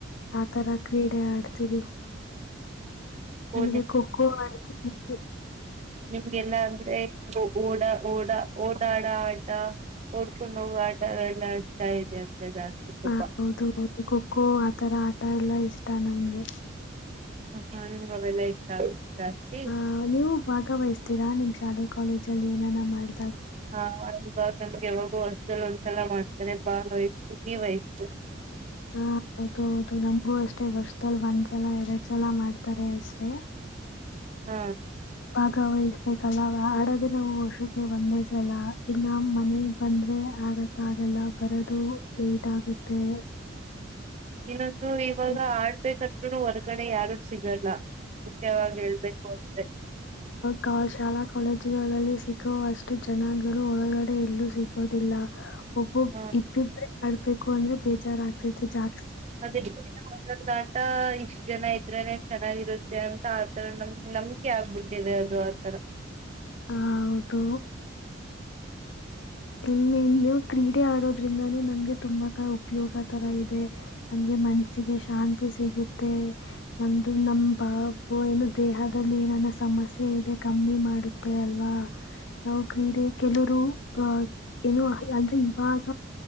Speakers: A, on the left; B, on the right.
A: ಆತರ ಕ್ರೀಡೆ ಆಡ್ತರಿ
B: ಓ
A: ಅಂದ್ರೆ ಖೋ ಖೋ ಆಡ್ತಿವಿ
B: ನಿಮ್ಗೆಲ್ಲ ಅಂದ್ರೆ ಓಡ ಓಡಾ ಓದಾಡ ಆಟ ಓದ್ಕೊಂಡು ಹೋಗೋ ಆಟ ಎಲ್ಲ ಆಡ್ತಾ ಇದೆ ಜಾಸ್ತಿ
A: ಹ
B: ತುಂಬಾ
A: ಹೌದು ಖೋಖೋ ಆತರ ಆಟ ಎಲ್ಲ ಇಷ್ಟ ಇಷ್ಟ ನಮ್ಗೆ
B: ಹ ಹಾ ನಿಮಗೆ ಅವೆಲ್ಲ ಇಷ್ಟ ಜಾಸ್ತಿ
A: ಹಾ ನೀವು ಭಾಗವಹಿಸಸ್ತೀರ ನಿಮ್ ಶಾಲೆಗೆ ಕಾಲೇಜ್ ಅಲ್ಲಿ ಏನಾನಾ ಮಾಡಿ
B: ಹಾ ಹೋಗಿ ಬಂದು ನಮ್ಗೆ ಯಾವಾಗೂ ಹೊಂದ್ಸಲ್ ಒಂದ್ಸಲ ಮಾಡ್ತಾರೆ ಬಾಯ್ತು ನೀವ್ಯ್ತ
A: ಹಾ ಹೌದು ಹೌದು ನಮ್ಗೂ ಅಷ್ಟೇ ವರ್ಷದಲ್ಲಿ ಒಂದು ಸಲ ಎರಡ್ ಸಲ ಮಾಡ್ತಾರೆ ಅಷ್ಟೇ
B: ಹಾ
A: ಭಾಗವಹಿಸ್ಬೇಕಲ್ಲ ಆಡದೆ ನಾವು ವರ್ಷಕ್ಕೆ ಒಂದೇ ಸಲ ಇನ್ನ ಮನೆಗ್ ಬಂದ್ರೆ ಆಡಕ್ ಆಗಲ್ಲ ಬರೋದು ಲೇಟ್ ಆಗುತ್ತೆ
B: ಇನ್ನೊಂದು ಇವಾಗ
A: ಆ,
B: ಆಡ್ಬೇಕ ತ <unintelligible> ಹೊರ್ಗಡೆ ಯಾರು ಸಿಗಲ್ಲ. ಮುಖ್ಯವಾಗಿ ಹೇಳ್ಬೇಕು ಅಂದ್ರೆ
A: ಕ ಶಾಲಾ ಕಾಲೇಜುಗಳಲ್ಲಿ ಸಿಕ್ಕುವ ಅಷ್ಟು ಜನಗಳು ಒಳಗಡೆ ಎಲ್ಲೂ ಸಿಗೋದಿಲ್ಲ ಒಬ್ಬೊಬ್ಬ್
B: ಹಾ
A: ಇಬ್ಬಿಬ್ <unintelligible> ಬೇಕು ಅಂದ್ರೆ ಬೇಜಾರ್ ಆಗ್ತಿದೆ ಜಾ
B: ಅ <unintelligible> ಒಂದ್ ಒಂದ್ ಆಟ ಇ <unintelligible> ಜನ ಇದ್ರೆನೆ ಚೆನ್ನಾಗಿರುತ್ತೆ ಅಂತ ಆತರ ನಮ್ ನಂಬಿಕೆ ಆಗ್ಬಿಟ್ಟಿದೆ ಅದು ಆತರ.
A: ಹ ಹೌದು. ಇನ್ನು ಇನ್ನೀವ್ ಕ್ರೀಡೆ ಆಡೋದು ಅದ್ರಿಂದಾನು ನಮ್ಗೆ ತುಂಬಾ ಕ ಉಪಯೋಗ ತರ ಇದೆ. ನಮ್ಗೆ ಮನ್ಸಿಗೆ ಶಾಂತಿ ಸಿಗುತ್ತೆ, ನಮ್ದು ನಮ್ ಬಾ ಏನು ದೇಹದಲ್ಲಿ ಏನಾನ ಸಮಸ್ಯೆ ಇದೆ ಕಮ್ಮಿ ಮಾಡುತ್ತೆ ಅಲ್ವಾ? ನಾವು ಕ್ರೀಡೆ ಕೆಲವರು ಅಹ <unintelligible> ಏನು ಅಂದ್ರೆ ಇವಾಗ